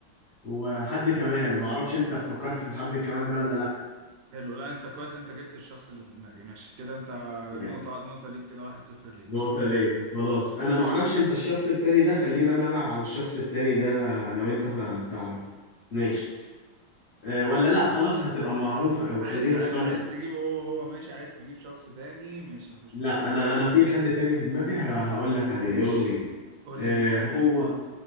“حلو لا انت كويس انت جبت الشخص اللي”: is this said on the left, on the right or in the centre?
Right